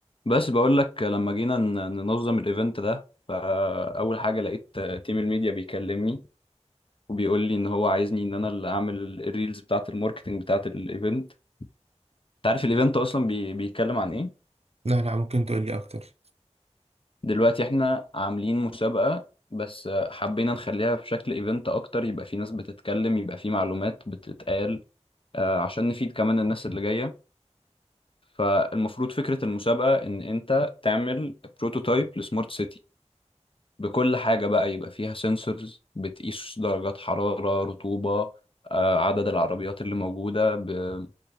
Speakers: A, on the left; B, on the right.
A: بس بقول لك لما جينا ن- ننظم الايفنت ده فاول حاجه لقيت تيم الميديا بيكلمني وبيقول لي ان هو عايزني ان انا اللي اعمل ال- الريلز بتاعه الماركتنج بتاعه الايفنت انت عارف الايفنت اصلا بي... بيتكلم عن ايه
B: لا لا ممكن تقول لي اكتر
A: دلوقتي احنا عاملين مسابقه بس حبينا نخليها في شكل ايفنت اكتر يبقى في ناس بتتكلم يبقى في معلومات بتتقال آه، عشان نفيد كمان الناس اللي جايه فالمفروض فكره المسابقه ان انت تعمل بروتوتايب لسمارت سيتي بكل حاجة بقى يبقى فيها سنسورز بتقيس درجات حرارة رطوبة آه، عدد العربيات اللي موجودة ب-